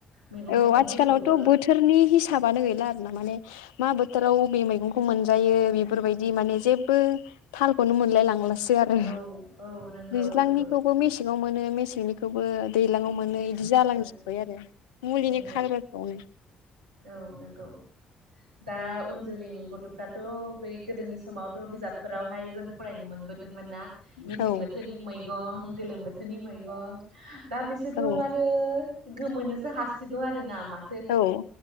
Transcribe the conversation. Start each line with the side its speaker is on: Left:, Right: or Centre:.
Right: मैगं
Left: औ
Right: थाइगंफोरखौबो
Left: आथिखालावथ' बोथोरनि हिसाबानो गैला आरना माने मा बोथोराव अबे मैगंखौ मोनजायो बेफोरबायदि माने जेबो थालखौनो मोनलाय लांला। आरो
Right: औ औ नंगौ
Left: दैज्लांनिखौबो
Right: नंगौ
Left: मेसें मेसेङाव मोनो मेसेंनिखौबो दैज्लाङाव मोनो
Right: दैज्लाङाव
Left: बिदि जालांजोब्बाय
Right: मोनो
Left: आरो। मुलिनि
Right: नंगौ
Left: खारबारफोरखौनो
Right: औ नंगौ दा उन जोलैनि गथ'फ्राथ' बै गोदोनि समावथ' बिजाबफोरावहाय जों फरायनो मोनबोदोंमोन ना? मेसें
Left: औ
Right: बोथोरनि मैगं गोलोम बोथोरनि मैगं दा बिसोरथ'
Left: औ
Right: आरो गोमोनोसो हासिगौ आरो ना मा
Left: औ